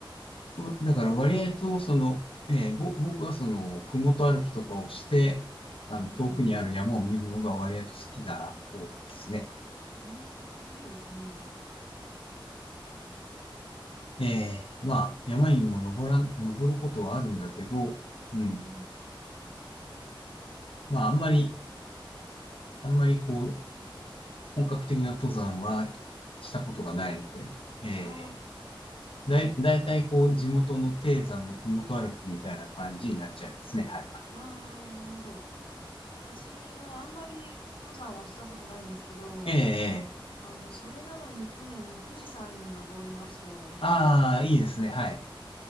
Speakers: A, on the left; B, on the left.
A: うだから割合と、
B: なんかな、
A: その、
B: うん
A: えーぼ、僕はその、ふもと歩きとかをして、あの、
B: うん
A: 遠くにある山を見るのが割合と好きな方ですね。
B: うーん、いいですね。
A: えー、まあ、
B: うん。
A: 山にも登らん、登ることはあるんだけど、うん。
B: うんうん。
A: まあ、あんまり、あんまりこう、本格的な登山はしたことがないので、え
B: あ
A: ー、だい、だいたいこう、地元の低山のふもと歩きみたいな感じになっちゃいますね。はい。
B: あ、ああ、なるほど。私はあんまり登山はしたことないんですけど、
A: ええ
B: あの、それなのに去年富士山に登りまして、<laughs>
A: ああー、いいですね。はい。